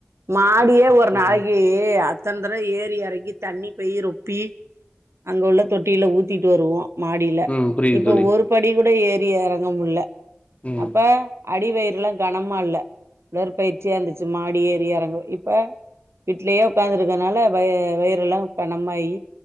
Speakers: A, on the right (about 85°); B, on the left (about 30°).
A: மாடியே ஒரு நாளைகு
B: ம்
A: அத்தன்தடவ ஏறி எறங்கி தண்ணி பேய்ரும் பி அங்கவுள்ள தொட்டியில ஊத்திட்டு வருவோ மாடியில
B: ம் புரியுது
A: இப்ப
B: தோழி
A: ஒரு படி கூட ஏறி எறங்கமுல
B: ம்
A: அப்ப அடிவயிர் ல்லாம் கனமால்ல உடற்பயிற்சியாந்துச்சு மாடி ஏ ரியறங்கு இப் ப்ப விட்லயே உக்காந்துருக்கனால வய வயிரெல்லா கனமாயி